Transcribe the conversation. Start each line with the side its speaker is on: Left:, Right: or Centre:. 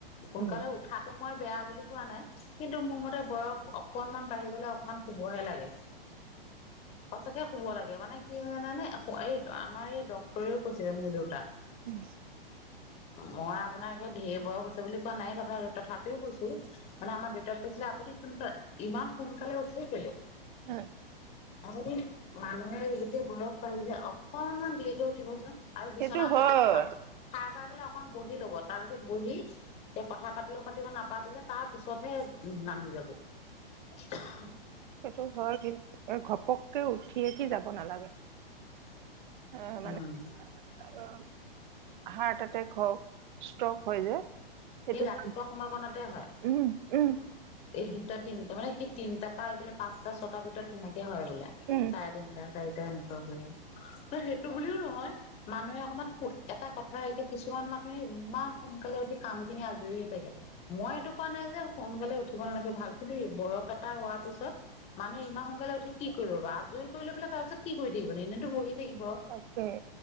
Left: সোনকালে
Right: উম
Left: উঠাটো মই বেয়া বুলি কোৱা নাই কিন্তু মোৰ মতে বয়স অকনমান বাঢ়ি গলে অকমান শুবহে লাগে। সঁচাকে শুব লাগে মানে কি হয় জানা নে এই আমাৰ এই ডক্টৰেও কৈছিলে মোৰ দেউতাক
Right: উম
Left: মই আপোনাৰকে ঢেৰ বয়স হৈছে বুলি কোৱা নাই কথা তথাপিও কৈছো। মানে আমাৰ দেউতাক কৈছিলে আপুনি ফোন তা ইমান সোনকালে উঠেই কেলে?
Right: উম
Left: আবদি মানুহৰ যেতিয়া বয়স বাঢ়িজাই অকমান উঠিব যে আৰু বিছনাখনত
Right: সেইটো হয়
Left: সা সাৰ পাই পেলাই অকন বহি লব তাৰপিছত বহি এ কথা পাতিলেও পাতিব নাপাতিলে তাৰ পিছতহে উ নামি যাব। উহঃ
Right: সেইটো হয় কিন্ এ ঘপককে উঠি যাব নালাগে অ মানে
Left: উম
Right: অ হাৰ্ট এটেক হওক ষ্ট্ৰক হয় যে সেইটো
Left: সেই ৰাতিপুৱা
Right: চান্স।
Left: সময়কণতে হয়
Right: উম উম
Left: এই দুটা তিনটা, মানে কি তিনটাৰ পৰা এফালে পাঁচটা ছটা ভিতৰত তেনে কে হয় বুলে
Right: উম
Left: চাৰে তিনটা চাৰিটা এনেকুৱাবোৰত সেই সেইটো বুলিও নহয় মানুহে অকমান সু- এটা কথা এতিয়া কিছুমান মানুহে ইমান সোনকালে উঠি কাম খিনি আজৰি হৈ থাকে মই এইটো কোৱা নাই যে সোনকালে উঠিব নালাগে ভাল কিন্তু বয়স এটা হোৱাৰ পিছত মানুহে ইমান সোনকালে উঠি কি কৰিব ল আজৰি কৰি লৈ পেলাই তাৰ পিছত কি কৰি থাকিব ন এনেইতো বহি থাকিব।
Right: তাকে